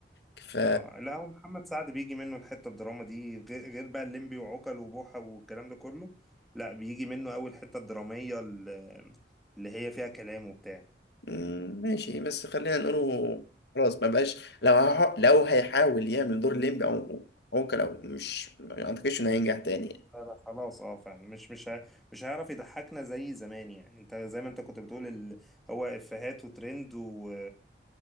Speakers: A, on the left (about 65°); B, in the centre.
A: ف
B: آه لا هو محمد سعد بيجي منه الحته الدراما دي غير غير بقى الليمبي وعوكل وبوحه والكلام ده كله لا بيجي منه اول حته الدراميه اللي اللي هي فيها كلام وبتاع
A: مم، ماشي بس خلينا نقوله خلاص ما بقاش لو هح... لو هيحاول يعمل دور ليمبي او عوكل او مش ما اعتقدش انه هينجح تاني يعني.
B: لا لا خلاص اه فعلا مش مش ه- مش هيعرف يضحكنا زي زمان يعني انت زي ما انت كنت بتقول ال... هو افيهات وترند و...